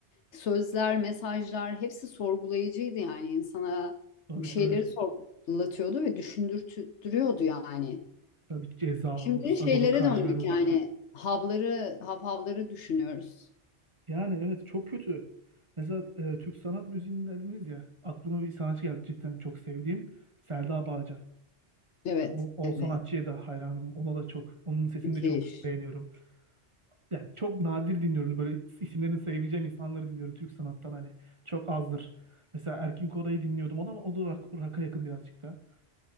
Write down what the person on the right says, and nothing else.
Tabii
tabii.
Tabii Ceza
olur, Sagopa
Kajmer
olur.
Yani evet çok kötü. Mesela e, Türk sanat müziğini dediniz ya aklıma bir sanatçı geldi cidden çok sevdiğim Selda Bağcan.
Yani o,
o sanatçıya da hayranım. Ona da çok. Onun sesini
de çok beğeniyorum. Yani çok nadir dinliyorum. Böyle isimlerini sayabileceğim insanları dinliyorum Türk sanattan hani. Çok azdır. Mesela Erkin Koray'ı dinliyordum. O da, o da rock, rock'a yakın birazcık da.